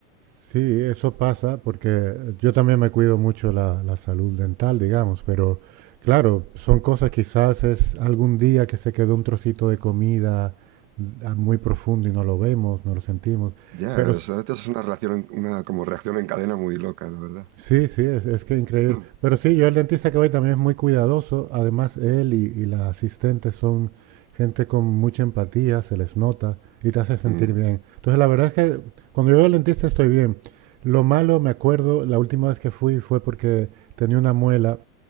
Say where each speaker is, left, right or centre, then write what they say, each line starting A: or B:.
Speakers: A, on the right; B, on the right.
A: Sí, eso pasa porque yo también me cuido mucho la, la salud dental, digamos, pero claro, son cosas quizás es algún día que se quedó un trocito de comida mm, ah, muy profundo y no lo vemos, no lo sentimos,
B: Ya,
A: pero
B: o sea, esta es una relación, una como reacción en cadena muy loca, la verdad.
A: Sí, sí, es, es que increíble.
B: <clears throat>
A: Pero sí, yo el dentista que voy también es muy cuidadoso. Además, él y, y las asistentes son gente con mucha empatía, se les nota y te hace sentir
B: Mm,
A: bien. Entonces, la verdad es que cuando yo voy al dentista estoy bien. Lo malo, me acuerdo, la última vez que fui fue porque tenía una muela